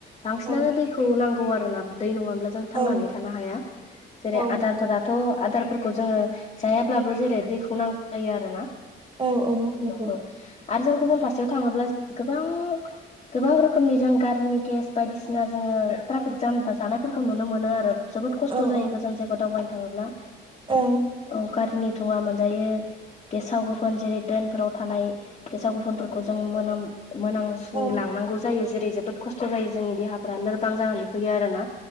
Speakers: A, on the left (about 30°); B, on the right (about 25°).
A: बांसिनानो
B: औ
A: दैखौ नांगौ आरोना दै नङाब्ला जों थांनानै
B: औ
A: थानो हाया जेरै
B: औ
A: आदारफोरा
B: नंगौ
A: थ' आदारफोरखौ जोंङो जायाब्लाबो जेरै दैखौ नांगौ जायो आरोना।
B: औ औ नंगौ
A: औ आरो जों
B: औ
A: गुबुन फारसेयाव थाङोब्ला गोबां गोबां रोखोमनि जों गारिनि गेस बायदिसिना जोंङो ट्राफिक जाम बा जानायफोरखौ नुनो मोनो आरो जोबोद खस्थ
B: औ
A: जायो
B: औ
A: गोजान जायगायाव दावबायनो थाङोब्ला।
B: औ
A: कुकारनि दुंङा मोनजायो गेसाव गोफोन जेरै-ड्रेनफोराव थानाय गेसाव गोफोनफोरखौ जों मोनाम सु
B: औ
A: लांनांगौ जायो जेरै- जोबोद खस्थ जायो जोंनि देहा लोरबां जानानै फैयो आरो ना